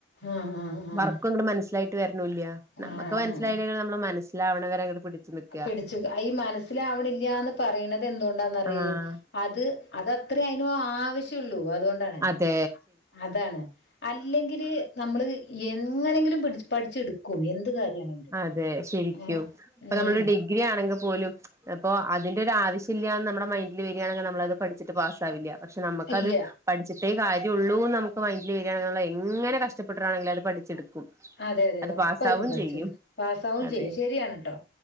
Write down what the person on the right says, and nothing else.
വർക്കുംങ്ങട് മനസ്സിലായിട്ട് വരുണൂല്ല്യ നമ്മക്ക്
മനസ്സിലായില്ലെങ്കിൽ നമ്മ മനസ് ലാവണവരെ അങ്ങട് പിടിച്ച് നിക്ക
ആഹ്
അതേ
അതേ ശരിക്കും
ഇപ്പൊ
നമ്മളൊരു ഡിഗ്രി ആണെങ്കി പോലും അപ്പോ അതിന്റെ ഒരു ആവശ്യല്ലാന്ന് നമ്മുടെ മൈൻഡില് വരിയാണെങ്കി നമ്മളത് പഠിച്ച്ട്ട് പാസാവില്ല പക്ഷെ നമ്മുക്കത്
പഠിച്ട്ട് ട്ടേ കാര്യോള്ളൂന്ന് നമുക്ക് മൈൻഡില് വരിയാണെൽ എങ്ങന കഷ്ടപ്പെട്ട്ട്ടാണെങ്കിലും അത് പഠിച്ചെടുക്കും
അത്
പാസ്സാവും
ചെയ്യും
അതെ